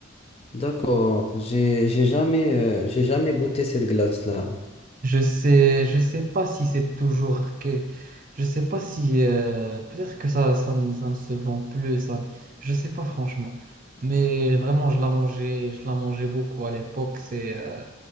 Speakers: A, on the left; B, on the right.
A: d'accord. J'ai, j'ai jamais, euh, j'ai jamais goûté cette glace-là.
B: Je sais, je sais pas si c'est toujours que, je sais pas si euh, peut-être que ça, ça, ne ça ne se vend plus, ça, je sais pas franchement. Mais vraiment, je la mangeais, je la mangeais beaucoup à l'époque. C'est, euh,